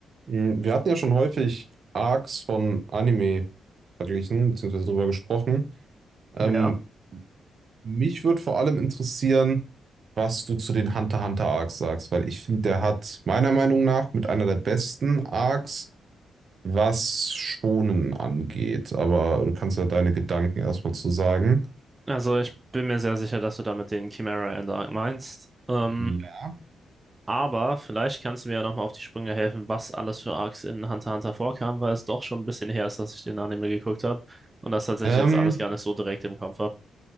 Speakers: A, on the right; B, on the right.
A: Mm, Wir hatten ja schon häufig Arcs von Anime verglichen, beziehungsweise drüber gesprochen. Ähm,
B: Ja,
A: mich würde vor allem interessieren, was du zu den Hunter x Hunter Arcs sagst, weil ich finde, der hat meiner Meinung nach mit einer der besten Arcs, was Schonen angeht. Aber du kannst ja deine Gedanken erstmal zu sagen.
B: also ich bin mir sehr sicher, dass du damit den Chimera Ender meinst. Ähm,
A: Ja.
B: Aber vielleicht kannst du mir ja nochmal auf die Sprünge helfen, was alles für Arcs in Hunter x Hunter vorkam, weil es doch schon ein bisschen her ist, dass ich den Anime geguckt habe und das tatsächlich
A: Ähm,
B: jetzt alles gar nicht so direkt im Kopf habe.